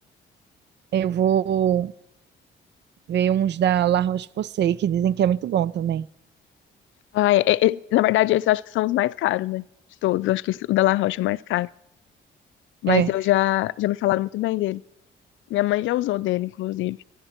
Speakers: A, on the right; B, on the left.
A: eu vou. Veio uns da La Roche-Posay, que dizem que é muito bom também.
B: Ah, é- é- é- na verdade, esses eu acho que são os mais caros, né? De todos, eu acho que esse- o da La Roche é o mais caro. Mas
A: É.
B: eu já, já me falaram muito bem dele. Minha mãe já usou dele, inclusive.